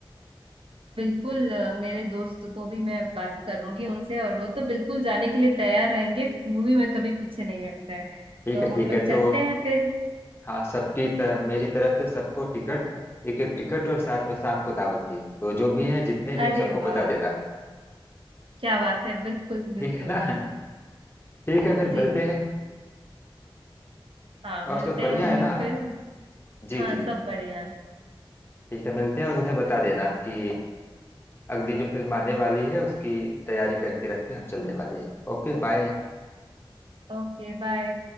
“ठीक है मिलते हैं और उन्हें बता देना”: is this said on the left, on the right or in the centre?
Left